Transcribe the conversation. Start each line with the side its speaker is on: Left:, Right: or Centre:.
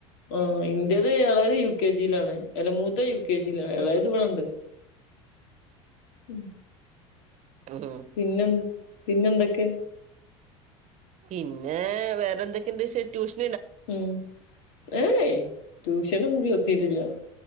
Left: ആ ഇന്റത് എളയത് യു കെ ജിയിലാണ് അല്ല മൂത്തത് യു കെ ജിയിലാണ് എളയത് ഇവിടെ ഇണ്ട് ഉം
Right: ഉം
Left: പിന്നെ പിന്നെ എന്തൊക്കെ
Right: പിന്നെ വേറെന്തൊക്കെയുണ്ട് വിശേഷം
Left: ഉം ഏയ് ട്യൂഷനൊന്നും ചേർത്തീട്ടില്ല